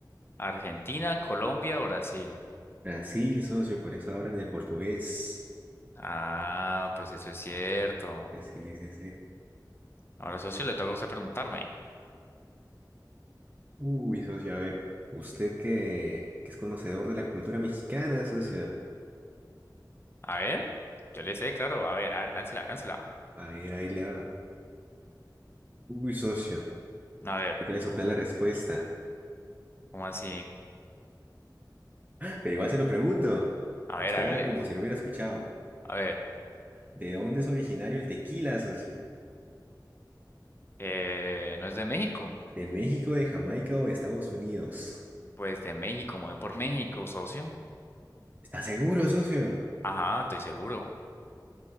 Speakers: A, on the left; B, on the right.
A: ¿Argentina, Colombia o Brasil?
B: Brasil, socio, por eso hablan de portugués.
A: Ah, pues eso es cierto.
B: Eh, Sí, sí, sí.
A: Ahora, socio, le toca a usted preguntarme.
B: Uy, socio, a ver. Usted que, que es conocedor de la cultura mexicana, socio.
A: A ver, yo le sé, claro. A ver, a ver, láncela, láncela.
B: A ver, ahí le va. Uy, socio.
A: A ver,
B: Yo quería soplar la respuesta.
A: ¿cómo así?
B: Pero igual se lo pregunto.
A: A ver,
B: Usted
A: hágale.
B: haga como si lo hubiera escuchado.
A: A ver,
B: ¿De dónde es originario el tequila, socio?
A: eh, ¿no es de México?
B: ¿De México, de Jamaica o de Estados Unidos?
A: Pues de México, me voy por México, socio.
B: ¿Está seguro, socio?
A: Ajá, estoy seguro.